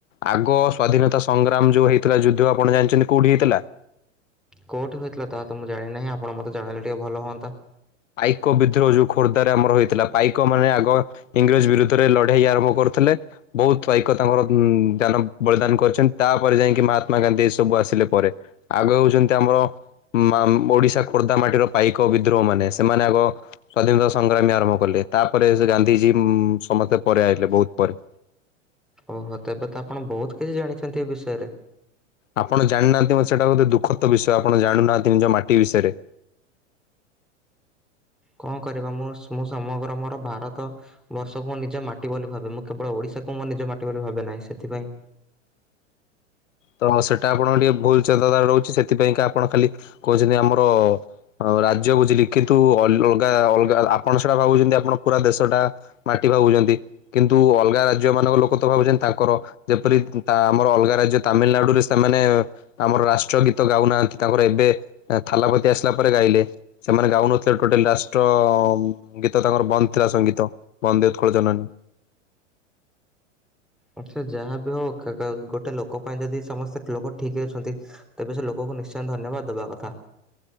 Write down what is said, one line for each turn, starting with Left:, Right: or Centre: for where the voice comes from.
Left: ଆଗ ସ୍ଵାଧୀନତା ସଂଗ୍ରାମ ଯୋଉ ହେଇଥିଲା ଯୁଦ୍ଧ ଆପଣ ଜାଣିଛନ୍ତି କୋଉଠି ହେଇଥିଲା?
Centre: କଉଠି ହୋଇଥିଲା ତା ତ ମୁଁ ଜାଣିିନହିଁ ଆପଣ ମତେ ଜଣେଇଲେ ଟିକେ ଭଲ ହୁଅନ୍ତା
Left: ପାଇକ ବିଦ୍ରୋହ ଯୋଉ ଖୋର୍ଦ୍ଧାରେ ଆମର ହେଇଥିଲା ପାଇକ ମାନେ ଆଗ ଇଂରେଜ ବିରୁଦ୍ଧରେ ଲଢେଇ ଆରମ୍ଭ କରୁଥିଲେ ବହୁତ ପାଇକ ତାଙ୍କର ଦାନ ବଳିଦାନ କରିଚନ୍ତି ତାପରେ ଯାଇକି ମହାତ୍ମା ଗାନ୍ଧୀ ଏ ସବୁ ଆସିଲେ ପରେ ଆଗ ହଉଛନ୍ତି ଆମର ମାମ ଓଡିଶା ଖୋର୍ଦ୍ଧା ମାଟିର ପାଇକ ବିଦ୍ରୋହ ମାନେ। ସେମାନେ ଆଗ ସ୍ଵାଧୀନତା ସଂଗ୍ରାମୀ ଆରମ୍ଭ କଲେ ତାପରେ ସେ ଗାନ୍ଧିଜୀ ସମସ୍ତେ ପରେ ଆଇଲେ, ବହୁତ ପରେ।
Centre: ଓହୋ ତେବେ ତ ଆପଣ ବହୁତ କିଛି ଜାଣିଛନ୍ତି ଏ ବିଷୟରେ।
Left: ଆପଣ ଜାଣିନାହାନ୍ତି ମ ସେଇଟା ଗୋଟେ ଦୁଖଦ ବିଷୟ ଆପଣ ଜାଣୁନାହାନ୍ତି ନିଜ ମାଟି ବିଷୟରେ
Centre: କଣ କରିବା ମୁଁ ମୁଁ ସମଗ୍ର ମୋର ଭାରତ ବର୍ଷକୁ ମୁଁ ନିଜ ମାଟି ବୋଲି ଭା ମୁଁ କେବଳ ଓଡିଶାକୁ ମୁଁ ନିଜ ମାଟି ବୋଲି ଭାବେ ନାହିଁ ସେଥିପାଇଁ
Left: ତ ସେଇଟା ଆପଣଙ୍କ ଟିକେ ଭୁଲ ଚିନ୍ତାଧାରା ରହୁଛି ସେଥିପାଇଁକା ଆପଣ ଖାଲି କହୁଛନ୍ତି ଆମର ଆ ରାଜ୍ୟ ବୁଝିଲି କିନ୍ତୁ ଅଲଗା ଅଲଗା ଆପଣ ସେଟା ଭାବୁଛନ୍ତି ଆପଣ ପୁରା ଦେଶଟା ମାଟି ଭାବୁଚ଼ନ୍ତି। କିନ୍ତୁ ଅଲଗା ରାଜ୍ୟ ମାନଙ୍କ ଲୋକ ତ ଭାବୁଛନ୍ତି ତାଙ୍କର ଯେପରି ତା ଆମର ଅଲଗା ରାଜ୍ୟ ତାମିଲନାଡୁରେ ସେମାନେ ଆମର ରାଷ୍ଟ୍ର ଗୀତ ଗାଉନାହାନ୍ତି ତାଙ୍କର ଏବେ ଥାଲାପତି ଆସିଲା ପରେ ଗାଇଲେ ସେମାନେ ଗାଉନଥିଲେ ଟୋଟାଲ ରାଷ୍ଟ୍ର ଗୀତ ତାଙ୍କର ବନ୍ଦ ଥିଲା ସଙ୍ଗୀତ ବନ୍ଦେ ଉତ୍କଳ ଜନନୀ
Centre: ଆଚ୍ଛା ଯାହା ବିି ହଉ ଗୋଟେ ଲୋକ ପାଇଁ ଯଦି ସମସ୍ତେ ଲୋକ ଠିକ ଅଛନ୍ତି ତେବେ ସେ ଲୋକଙ୍କୁ ନିଶ୍ଚୟ ଧନ୍ୟବାଦ ଦବା କଥା।